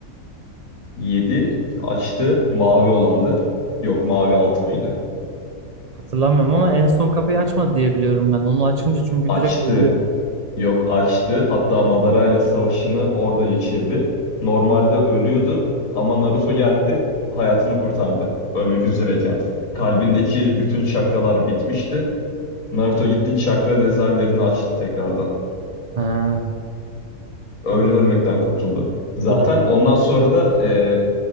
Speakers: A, on the left (about 70°); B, on the right (about 60°).
A: yedi açtı mavi olandı. Yok mavi altı mıydı?
B: Hatırlamıyorum ama en son kapıyı açmadı diye biliyorum ben. Onu açınca çünkü
A: Açtı.
B: direkt ölüyor.
A: Yok açtı. Hatta Madara ile savaşını orada geçirdi. Normalde ölüyordu ama Naruto geldi hayatını kurtardı. Ölmek üzereyken. Kalbindeki bütün çakralar bitmişti. Naruto gitti çakra rezervlerini açtı tekrardan.
B: Ha.
A: Öyle
B: Bak o-
A: ölmekten kurtuldu. Zaten
B: bu da.
A: ondan sonra da e,